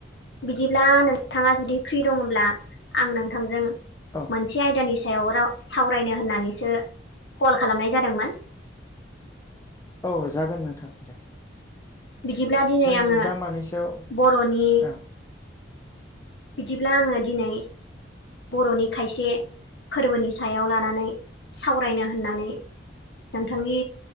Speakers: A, on the left; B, on the left.
A: बिदिब्ला नोंथाङा जुदि फ्रि दङब्ला आं नोंथांजों
B: औ
A: मोनसे आयदानि सायाव र सावरायनो होननानैसो कल खालामनाय जादोंमोन।
B: औ जागोन नोंथां दे।
A: बिदिब्ला दिनै
B: जों
A: आङो
B: दा मानि सायाव
A: बर'नि
B: औ
A: बिदिब्ला आङो दिनै बर'नि खायसे फोरबोनि सायाव लानानै सावरायनो होननानै। नोंथांनि